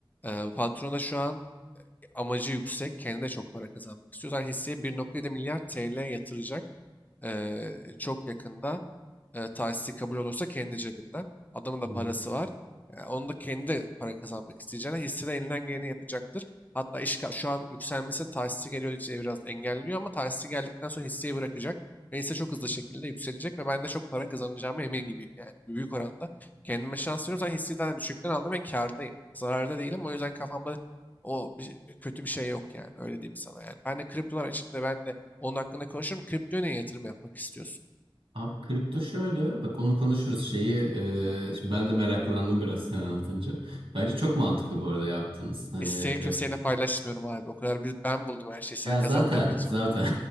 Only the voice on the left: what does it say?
E, patron da şu an amacı yüksek. kendine çok para kazanmak istiyor. Zaten hisseye 1.7 milyar TL yatıracak. Eee, çok yakında e, tahsisi kabul olursa kendi cebinden. Adamın da
parası var. E, onu da kendi de para kazanmak isteyeceğine hisse elinden geleni yapacaktır. Hatta iş ka- şu an yükselmesinin tahsisi geliyor diye biraz engelliyor ama tahsisi geldikten sonra hisseyi bırakacak. Ve hisse çok hızlı şekilde yükselecek ve ben de çok para kazanacağıma emin gibiyim yani. Büyük oranda kendime şans veriyorum. Zaten hisseyi daha düşükten aldım ve kârdayım. Zararda değilim. O yüzden kafamda o bir, kötü bir şey yok yani. Öyle diyeyim sana yani. Ben de kriptolar içinde ben de onun hakkında konuşurum. Kriptoya niye yatırım yapmak istiyorsun?
Hisseyi kimseyle paylaşmıyorum abi. O kadar bir ben buldum her şeyi. Sana
kazandırmayacağım.